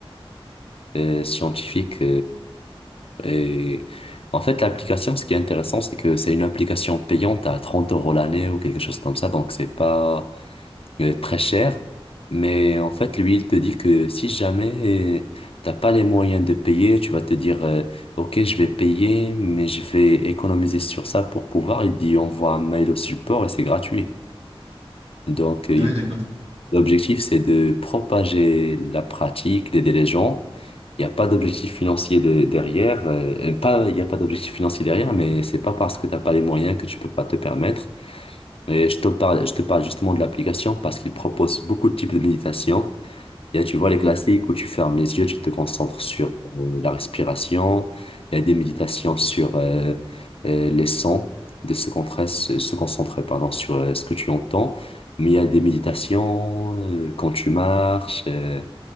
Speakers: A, on the left (about 70°); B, on the right (about 85°).
A: neuroscientifique Et en fait, l'application, ce qui est intéressant, c'est que c'est une application payante à 30 euros l'année ou quelque chose comme ça. Donc, c'est pas euh, très cher. Mais en fait, lui, il te dit que si jamais euh, t'as pas les moyens de payer, tu vas te dire, euh, OK, je vais payer, mais je vais économiser sur ça pour pouvoir. Il dit, envoie un mail au support et c'est gratuit. Donc, euh,
B: Ah ouais, d'accord.
A: L'objectif, c'est de propager la pratique, d'aider les gens. Il n'y a pas d'objectif financier de- derrière. euh, pas, il n'y a pas d'objectif financier derrière, mais c'est pas parce que tu n'as pas les moyens que tu peux pas te permettre. Et je te parle, je te parle justement de l'application parce qu'il propose beaucoup de types de méditation. Il y a, tu vois, les classiques où tu fermes les yeux, tu te concentres sur euh, la respiration. Il y a des méditations sur euh, euh, les sons, de se concentrer, se se concentrer, pardon, sur euh, ce que tu entends. Mais il y a des méditations euh, quand tu marches. euh,